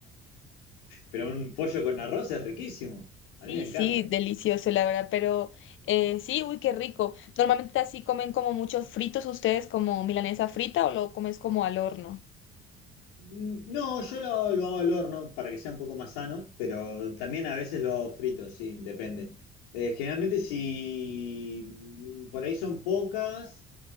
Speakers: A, on the left (about 65°); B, on the left (about 40°).
A: Pero un pollo con arroz es riquísimo. A
B: Sí,
A: mí me encanta.
B: sí, delicioso, la verdad, pero eh, sí, uy, qué rico. Normalmente así comen como muchos fritos ustedes, como milanesa frita o lo comes como al horno.
A: Mm, No, yo lo, lo hago al horno para que sea un poco más sano, pero también a veces lo hago frito, sí, depende. Eh, generalmente si mm, por ahí son pocas,